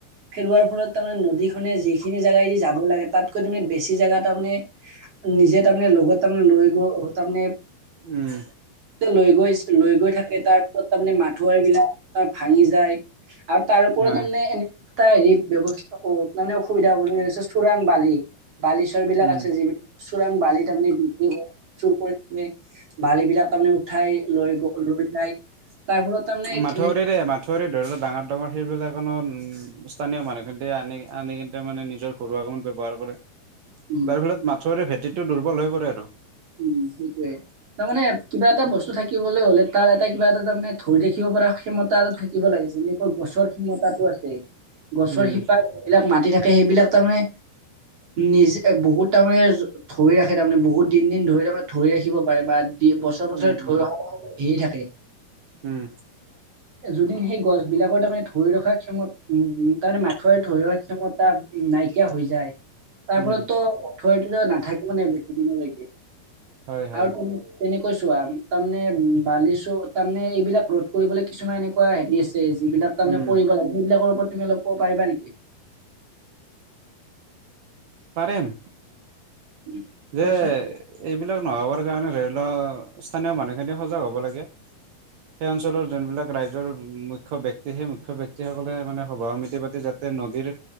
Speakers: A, on the right; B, on the right.
A: খেলোৱাৰ তাৰে নদীখনে যিখিনি জেগাদি যাব লাগে তাতকৈ তে বেছি জাগা তাৰানে নিজে ত তাৰমানে লগত তাৰমানে লৈ গৈ তাৰমানে
B: উম
A: লৈ গৈ লৈ গৈ থাকে তাৰ পিছত তাৰমানে মথাৰ বিলাক ত ভাঙি যায় আৰু তাৰ ওপৰত
B: হয়
A: তাৰানে এনেক এটা হেৰি ব্যৱস্থা তাৰমানে অসুবিধা চোৰাং বালি বালিচ্বৰ বিলাক
B: উম
A: আছে যিবিলাক চোৰাং বালি তাৰমানে <unintelligible> কৰে চুৰ কৰি বালিবিলাক তাৰমানে উঠাই লৈ গ লৈ যায় তাৰ ফলত তাৰমানে
B: মাথউৰি
A: কেনে
B: দে মাথউৰি ধৰি লোৱা ডাঙৰ ডাঙৰ সেইবিলাকনো উম স্থানীয় মানুহখিনতে আনি আনি কিন্তনে মানে নিজৰ ঘৰুৱা কামত ব্যৱহাৰ কৰে
A: উম
B: যাৰ ফলত মাথউৰি ভেঁটিটো দুৰ্বল হৈ পৰে আৰু
A: উম সেইটয়ে তাৰমানে কিবা এটা বস্তু থাকিবলৈ হ'লে তাৰ এটা কিবা এটা তাৰ মানে ধৰি দেখিব পৰা ক্ষমতা থাকিব লাগে যেনেকৈ গছৰ ক্ষমতাটো আছে গছৰ
B: উম
A: শিপাই এইবিলাক ম থাকে সেইবিলাক তাৰ মানে নিজে বহুত তাৰমানে ধৰি ৰাখে তাৰমানে বহুত তিন দিন ধৰি তাৰমানে ধৰি ৰাখিব পাৰে বা বছৰ বছৰে
B: উম
A: ধৰি
B: উম
A: ৰখা হেৰি থাকে
B: উম
A: যদিন সেই গছ বিলাকৰ তাৰমানে ধৰি ৰখা ক্ষমত উ তাৰমানে মাথ ধৰি ৰখা ক্ষমতা নাইকিয়া হৈ যায় তাৰ
B: উম
A: ফলত তোঠৰিটো নাথাকে মানে বেছি দিনলৈকে
B: হয় হয়
A: আৰু তেনে কৈছো আহ তাৰমানে বালিছো তাৰমানে এইবিলাক ৰদ কৰিবলে কিছুমান এনেকুৱা হেৰি আছে যিবিলাক তাৰমানে
B: উম
A: কৰিব লাগে সেইবিলাকৰ ওপৰত তুমি অলপ ক'ব পাৰিবা নেকি?
B: পাৰম
A: উম,
B: যে
A: কোৱাচোন
B: এইবিলাক নহবৰ কাৰণে ধৰি লও স্থানীয় মানুহখিনি সজাগ হ'ব লাগে সেই অঞ্চলৰ যোনবিলাক ৰাজই্ৰ মুখ্য ব্যয়ক্তি সেই মুখ্য বক্তি সকলে মানে সভা সমিতি পাতি যাতে নদীৰ